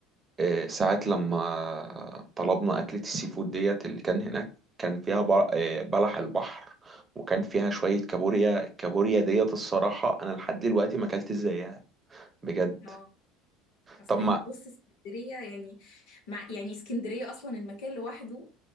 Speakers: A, on the right; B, on the left.
A: آه، ساعات لما طلبنا أكلة السي فود ديت اللي كان هناك كان فيها بر- آه، بلح البحر وكان فيها شوية كابوريا الكابوريا ديت الصراحة أنا لحد دلوقتي ما أكلت زيها بجد
B: اه اصل
A: طب ما
B: بص اسكندريه يعني مع يعني اسكندريه اصلا المكان لوحده